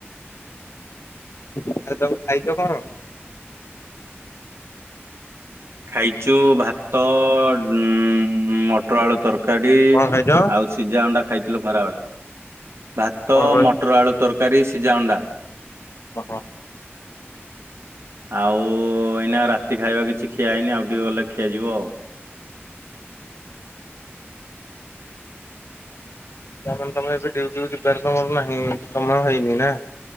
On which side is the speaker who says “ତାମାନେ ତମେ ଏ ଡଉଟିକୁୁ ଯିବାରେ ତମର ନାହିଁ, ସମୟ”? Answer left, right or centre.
Left